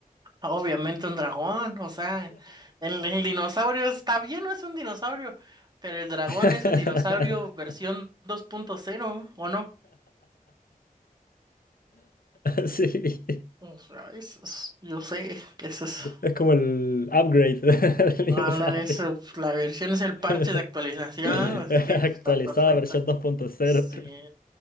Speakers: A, on the right; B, on the left.
A: Obviamente un dragón, o sea, el, el dinosaurio está bien, no es un dinosaurio, pero el dragón
B: <laughs>
A: es el dinosaurio versión 2.0, ¿o no?
B: Sí.
A: O sea, eso es- yo sé que eso es.
B: Es como el upgrade <laughs> del
A: Ándale,
B: dinosaurio.
A: eso, pues, la versión es el
B: <laughs>
A: parche de actualización,
B: <laughs>
A: así que está
B: Actualizada
A: perfecta.
B: versión 2.0.
A: Sí.